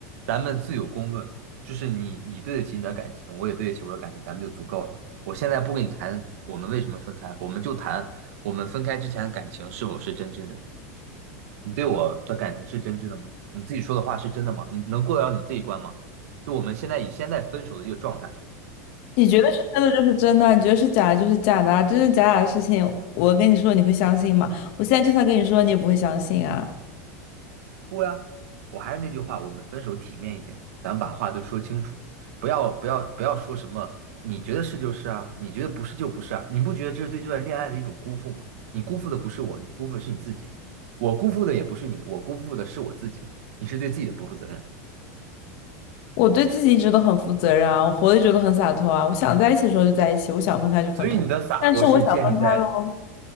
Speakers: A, on the right (about 65°); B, on the left (about 50°).
A: 咱们自有公论。就是你你对得起你的感情，我也对得起我的感情，咱们就足够了。我现在不跟你谈我们为什么分开，我们就谈我们分开之前的感情是否是真挚的。你对我的感情是真挚的吗？你自己说的话是真的吗？你能过得了你这一关吗？就我们现在以现在分手的这个状态。
B: 你觉得是真的就是真的，你觉得是假的就是假的啊真真假假的事情，我跟你说你会相信吗？我现在就算跟你说，你也不会相信啊。
A: 啊！我还是那句话，我们分手体面一点，咱们把话都说清楚，不要不要不要说什么你觉得是就是啊，你觉得不是就不是啊，你不觉得这是对这段恋爱的一种辜负吗？你辜负的不是我，你辜负的是你自己，我辜负的也不是你，我辜负的是我自己，你是对自己的不负责任。
B: 我对自己一直都很负责任啊，我活得一直都很洒脱啊。我想在一起的时候就在一起，我想分开就分开。
A: 所以你的洒脱是建立在，
B: 但是我想分开喽，